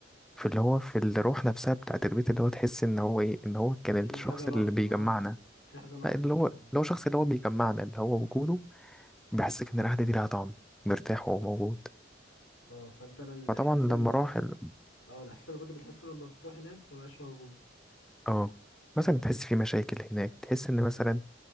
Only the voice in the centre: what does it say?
في اللي هو في الروح نفسها بتاعت البيت اللي هو تحس إن هو إيه إن هو كان
الشخص
اللي بيجمعنا
لا اللي
هو اللي
هو شخص اللي هو بيجمعنا اللي هو وجوده
بيحسسك ان القعده دي لها طعم مرتاح وهو موجود
فطبعا لما
راح ال-
اه مثلا تحس في مشاكل هناك تحس ان مثلا